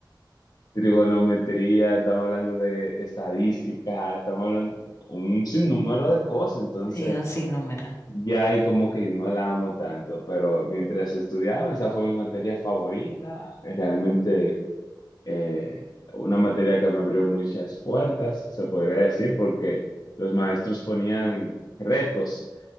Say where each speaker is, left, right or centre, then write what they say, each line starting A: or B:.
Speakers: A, on the left; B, on the left.
A: Trigonometría, estamos hablando de estadística, estamos hablando un sinnúmero de cosas, entonces
B: de un sinnúmero.
A: ya ahí como que no la amo tanto, pero mientras estudiaba, esa fue mi materia favorita, realmente eh, una materia que me abrió muchas puertas, se podría decir, porque los maestros ponían retos